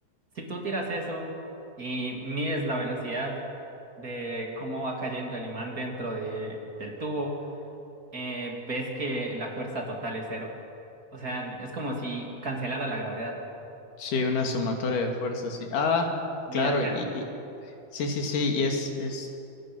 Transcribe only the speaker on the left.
Sí, una sumatoria de fuerzas, sí. Ah,
claro,
y, y- sí, sí, sí, y es, es